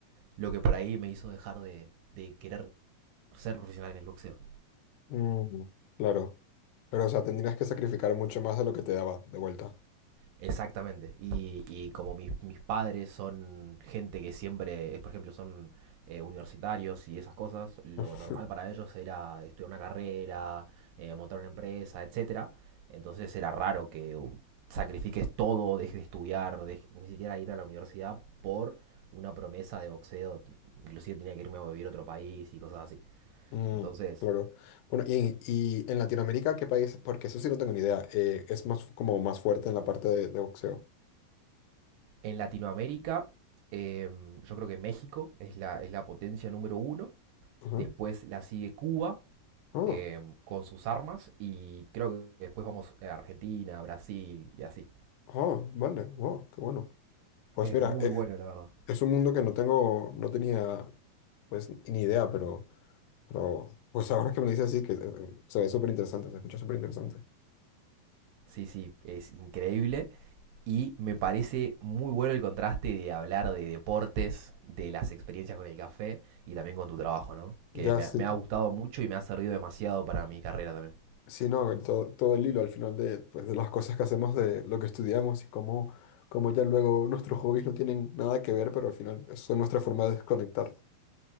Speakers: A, on the right; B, on the left.
A: lo que por ahí me hizo dejar de, de querer ser profesional en el boxeo.
B: Mm, claro, pero o sea, tendrías que sacrificar mucho más de lo que te daba de vuelta.
A: Exactamente. Y, y como mis, mis padres son gente que siempre, es, por ejemplo, son eh, universitarios y esas cosas, lo
B: <laughs>
A: normal para ellos era estudiar una carrera, eh, montar una empresa, etcétera. Entonces era raro que um, sacrifiques todo, dejes de estudiar, dej- ni siquiera ir a la universidad por una promesa de boxeo. Inclusive tenía que irme a vivir a otro país y cosas así.
B: Mm,
A: Entonces,
B: claro. Bueno, y, y en Latinoamérica, ¿qué país? Porque eso sí no tengo ni idea. eh, es más como más fuerte en la parte de, de boxeo.
A: en Latinoamérica, em, yo creo que México es la, es la potencia número uno.
B: Ajá.
A: Después la sigue Cuba
B: Ah,
A: eh, con sus armas y creo que después vamos a Argentina, Brasil y así.
B: ah, vale, wow, qué bueno. Pues
A: Es
B: mira,
A: muy
B: e-
A: bueno, la verdad.
B: es un mundo que no tengo, no tenía pues ni idea, pero, pero pues ahora que me lo dices así, que eh, eh, se ve súper interesante, se escucha súper interesante.
A: Sí, sí, es increíble. Y me parece muy bueno el contraste de hablar de deportes, de las experiencias con el café y también con tu trabajo, ¿no?
B: Ya
A: Que me
B: sí,
A: ha, me ha gustado mucho y me ha servido demasiado para mi carrera también.
B: sí, no, el todo, todo el hilo al final de, pues, de las cosas que hacemos, de lo que estudiamos y cómo, cómo ya luego nuestros hobbies no tienen nada que ver, pero al final son nuestra forma de desconectar.